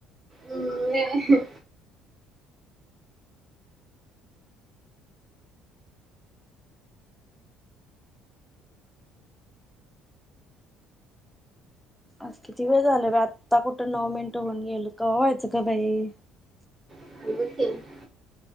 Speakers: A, on the right; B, in the centre.
A: हम्म ने.
B: आज किती वेळ झालं ग आत्ता कुठं नऊ मिनिटं होऊन गेली, कव्हा व्हायचं का बाई?
A: <unintelligible>